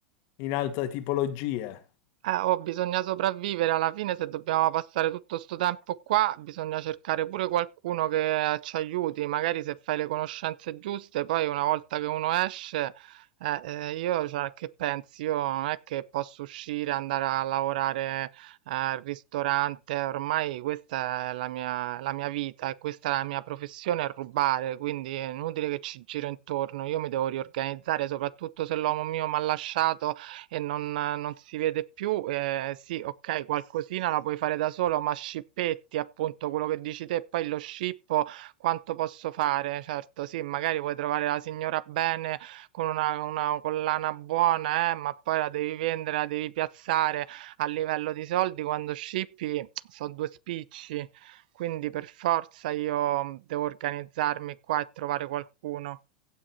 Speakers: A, on the left; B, on the right.
A: in altre tipologie?
B: Eh, oh, bisogna sopravvivere alla fine, se dobbiamo passare tutto sto tempo qua, bisogna cercare pure qualcuno che eh, ci aiuti, magari se fai le conoscenze giuste, poi una volta che uno esce, eh, eh, io, cioè, che pensi? Io non è che posso uscire, andare a lavorare eh, al ristorante, ormai questa è la mia, la mia vita e questa è la mia professione, è rubare, quindi è inutile che ci giro intorno, io mi devo riorganizzare, soprattutto se l'uomo mio mi ha lasciato e non, non si vede più. Eh, sì, ok, qualcosina la puoi fare da solo, ma scippetti, appunto, quello che dici te, e poi lo scippo, quanto posso fare? Certo, sì, magari puoi trovare la signora bene con una, una collana buona, eh, ma poi la devi vendere, la devi piazzare a livello di soldi quando scippi, sono due spicci. Quindi per forza io devo organizzarmi qua e trovare qualcuno.